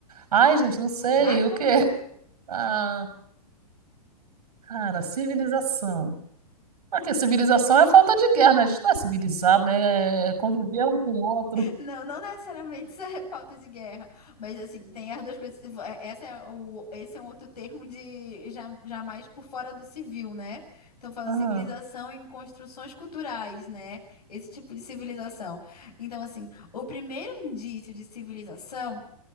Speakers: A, on the right; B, on the left.
A: Ai, gente, não sei,
B: Vai,
A: o
B: vai.
A: quê? <laughs> Ah, cara, civilização. Porque civilização é falta de guerra, né? A gente não é civilizado, né? É conviver um com o outro.
B: Não, não necessariamente isso é falta de guerra, mas assim, tem as duas coisas. Se vo- é- Essa é o, esse é um outro termo de ja- jamais por fora do civil, né? Então, falando
A: Ah,
B: civilização em construções culturais, né? Esse tipo de civilização. Então, assim, o primeiro indício de civilização